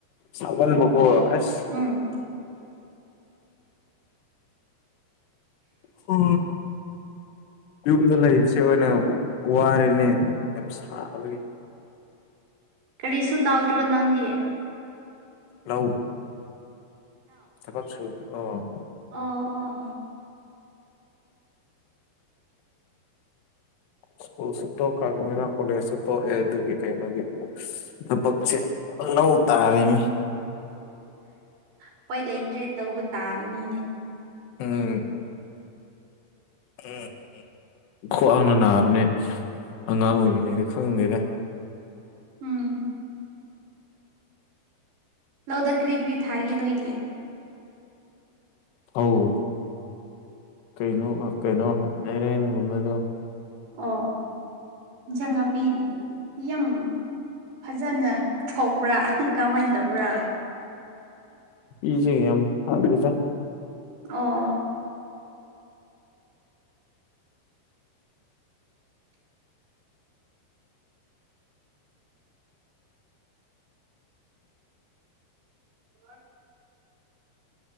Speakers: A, on the left; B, on the right.
A: ꯁꯥꯃꯟꯕꯀꯣ
B: ꯑꯣ ꯑꯣ
A: ꯑꯁ
B: ꯎꯝ
A: ꯍ꯭ꯋꯥ ꯌꯨꯝꯗ ꯂꯩꯕꯁꯦ ꯑꯣꯏꯅ ꯋꯥꯔꯦꯅꯦ ꯌꯥꯝ ꯁꯥꯕꯒꯤ
B: ꯀꯔꯤꯁꯨ ꯇꯧꯗ꯭ꯔꯣ ꯅꯪꯗꯤ
A: ꯂꯧ ꯊꯕꯛ ꯁꯨꯏ ꯑꯣ
B: ꯑꯥ ꯑꯥ ꯑꯥ
A: ꯁ꯭ꯀꯨꯜ ꯁꯨ ꯇꯣꯛꯈ꯭ꯔꯕꯅꯤꯅ ꯀꯣꯂꯦꯖꯁꯧ ꯇꯣꯛꯑꯦ ꯑꯗꯨꯒꯤ ꯀꯩꯅꯩꯒꯤ ꯊꯕꯛꯁꯦ ꯂꯧ ꯇꯥꯔꯦꯃꯤ
B: ꯎꯄꯏ ꯂꯩꯇ꯭ꯔꯦ ꯇꯧꯕ ꯇꯥꯕꯅꯤꯅꯦ
A: ꯎꯝ ꯍꯝ ꯈ꯭ꯋꯥꯡꯅ ꯅꯥꯕꯅꯦ ꯑꯉꯥꯡ ꯑꯣꯏꯔꯤꯉꯩꯗ ꯈꯪꯗꯦꯗ
B: ꯎꯝ ꯂꯧꯗ ꯀ꯭ꯔꯤ ꯀ꯭ꯔꯤ ꯊꯥꯒꯦ ꯅꯣꯏꯗꯤ
A: ꯑꯧ ꯀꯩꯅꯣ ꯀꯩꯅꯣ ꯃꯩꯔꯦꯟꯒꯨꯝꯕꯗꯣ
B: ꯑꯣ ꯏꯟꯖꯥꯡ ꯅꯥꯄꯤ ꯌꯥꯝ ꯐꯖꯅ ꯊꯣꯛꯄ꯭ꯔꯥ ꯀꯃꯥꯏꯟ ꯇꯧꯕ꯭ꯔꯥ
A: ꯏꯖꯦꯡ ꯌꯥꯝ ꯐꯗꯦꯗ
B: ꯑꯣ <inaudible>